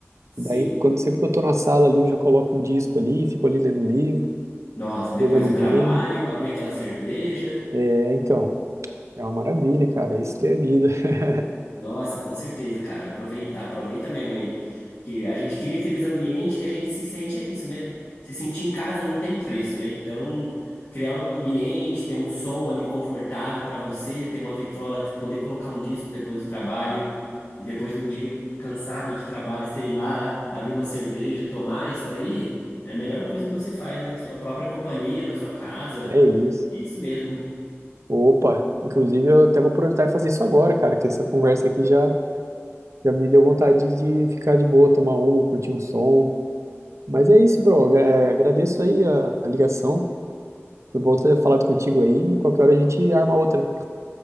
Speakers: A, on the left; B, on the right.
A: Sim.
B: Daí, quando sempre que eu tô na sala ali, eu já coloco um disco ali, fico ali lendo um livro,
A: Nossa, depois
B: jogando
A: do
B: um
A: trabalho,
B: game.
A: abrir aquela cerveja.
B: É, então. É uma maravilha, cara. É isso que é vida. <laughs>
A: Nossa, com certeza, cara. Aproveitar, aproveita mesmo aí. Que a gente cria aqueles ambientes que a gente se sente, é isso, né? Se sentir em casa não tem preço, né? Então, criar um ambiente, ter um som ali confortável para você, ter uma vitrola, poder colocar um disco depois do trabalho e depois de um dia cansado de trabalho, sei lá, abrir uma cerveja, tomar isso aí, é a melhor coisa que você faz, né? Sua própria companhia, na sua casa.
B: É isso.
A: É isso mesmo, né?
B: Opa, inclusive eu até vou aproveitar e fazer isso agora, cara, que essa conversa aqui já, já me deu vontade de ficar de boa, tomar um, curtir um som. Mas é isso, bro. É, agradeço aí a, a ligação. Foi bom ter falado contigo aí. E qualquer hora a gente arma outra.